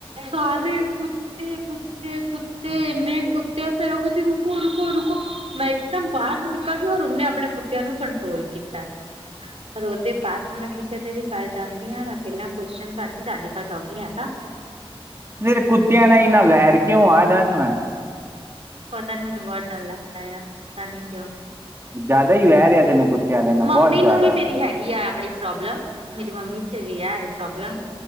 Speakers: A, on the right; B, on the right.
A: ਸਾਰੇ ਤੇ ਕੁੱਤੇ -ਕੁੱਤੇ ਇੰਨੇ ਕੁੱਤੇ ਫੇਰ ਉਹ ਕਹਿੰਦੀ ਰੁਕੋ- ਰੁਕੋ -ਰੁਕੋ, ਮੈਂ ਇੱਕਦਮ ਬਾਹਰ ਹੋਰ ਉਹਨੇ ਆਪਣੇ ਕੁੱਤਿਆਂ ਨੂੰ ਕੰਟਰੋਲ ਕੀਤਾ। ਹੋਰ ਉਹਦੇ ਬਾਅਦ ਮੈਂ ਕਿਸੇ ਦੇ ਵਿੱਚ ਘਰ ਜਾਂਦੀ ਹਾਂ। ਮੈਂ ਪਹਿਲਾਂ ਕੁਸ਼ਚਨ ਕਰਦੀ ਤੁਹਾਡੇ ਕੋਲ ਡੋਗੀ ਹੈਗਾ?
B: ਫਿਰ ਕੁੱਤਿਆਂ ਨਾਲ ਹੀ ਨਾ ਵੈਰ ਕਿਉਂ ਆ ਦੱਸ ਨਾ?
A: ਪਤਾ ਨੀ ਮੈਨੂੰ ਬਹੁਤ ਡਰ ਲੱਗਦਾ ਆ ਪਤਾ ਨੀ ਕਿਉਂ?
B: ਜ ਜ਼ਿਆਦਾ ਹੀ। ਵੈਰ ਆ ਤੈਨੂੰ ਕੁੱਤਿਆਂ ਦੇ ਨਾਲ
A: ਮੰਮੀ
B: ਬਹੁਤ
A: ਨੂੰ
B: ਜ਼ਿਆਦਾ
A: ਵੀ ਮੇਰੀ ਹੈਗੀ ਆ ਆਵਲੀ। ਪ੍ਰੋਬਲਮ, ਮੇਰੀ ਮੰਮੀ ਤੇ ਵੀ ਆ ਹੈ ਪ੍ਰੋਬਲਮ।